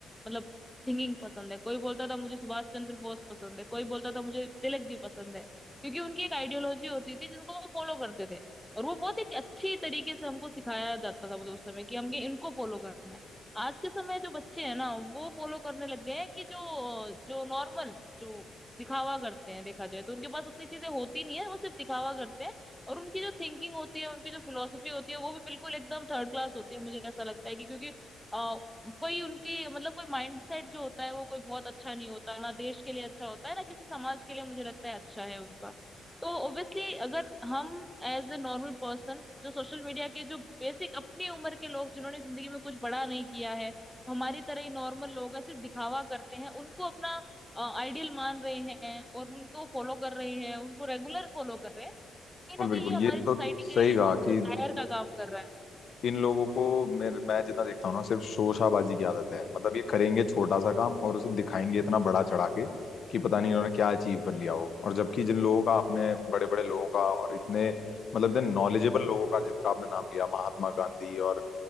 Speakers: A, in the centre; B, on the left (about 45°).
A: मतलब थिंकिंग पसंद है कोई बोलता था मुझे सुभाष चंद्र बोस पसंद है कोई बोलता था मुझे तिलक जी पसंद है क्योंकि उनकी एक आइडियोलॉजी होती थी जिनको वो फॉलो करते थे और वो बहुत एक अच्छी तरीके से हमको सिखाया जाता था मतलब उस समय कि हमें इनको फॉलो करना है आज के समय जो बच्चे हैं ना वो फॉलो करने लग गए हैं कि जो जो नॉर्मल जो दिखावा करते हैं देखा जाए तो उनके पास उतनी चीजें होती नहीं है वो सिर्फ दिखावा करते हैं और उनकी जो थिंकिंग होती है उनकी जो फिलोसफी होती है वो भी बिल्कुल एकदम थर्ड क्लास होती है मुझे ऐसा लगता है कि क्योंकि आ, कोई उनकी मतलब कोई माइंडसेट जो होता है वो कोई बहुत अच्छा नहीं होता ना देश के लिए अच्छा होता है ना किसी समाज के लिए मुझे लगता है अच्छा है उनका तो ऑब्वियसली अगर हम एज ए नॉर्मल पर्सन जो सोशल मीडिया के जो बेसिक अपनी उम्र के लोग जिन्होंने जिंदगी में कुछ बड़ा नहीं किया है हमारी तरह ही नॉर्मल लोग हैं सिर्फ दिखावा करते हैं उनको अपना आइडियल मान रहे हैं और उनको फॉलो कर रहे हैं उनको रेगुलर फॉलो कर रहे हैं कहीं
B: बिल्कुल
A: ना कहीं
B: बिल्कुल
A: ये हमारी
B: ये
A: सोसाइटी
B: तो सही
A: के लिए एक
B: कहा कि
A: दायर का काम कर रहा है
B: इन लोगों को मेरे मैं जितना देखता हूँ ना सिर्फ शोशाबाजी की आदत है मतलब ये करेंगे छोटा सा काम और उसे दिखाएंगे इतना बड़ा चढ़ा के कि पता नहीं इन्होंने क्या अचीव कर लिया हो और जबकि जिन लोगों का आपने बड़े बड़े लोगों का और इतने मतलब इतने नॉलेजेबल लोगों का जिनका आपने नाम लिया महात्मा गांधी और